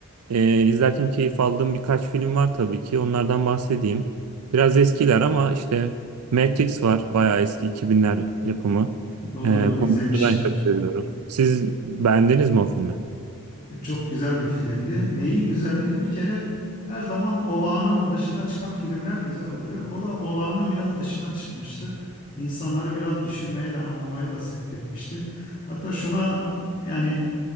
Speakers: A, on the right (about 80°); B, on the left (about 35°).
A: e, izlerken keyif aldığım birkaç film var tabii ki. Onlardan bahsedeyim. Biraz eskiler ama işte Matrix var. Bayağı eski 2000'ler yapımı.
B: Doğrudur,
A: E,
B: izlemişim.
A: konusunu ben çok seviyorum. Siz beğendiniz mi o filmi?
B: Çok güzel bir filmdi. Neyi güzeldi? Bir kere her zaman olağanın dışına çıkan filmler güzel oluyor. O da olağanın biraz dışına çıkmıştı. İnsanları biraz düşünmeye de anlamaya da sevk etmişti. Hatta şuna yani